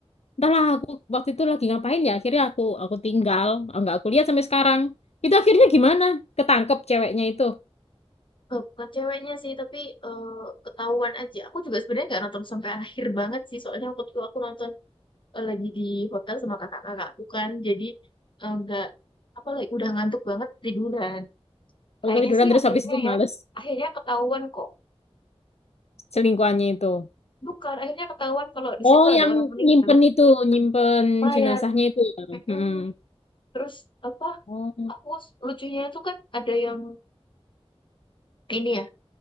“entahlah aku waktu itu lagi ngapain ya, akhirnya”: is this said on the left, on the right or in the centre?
Left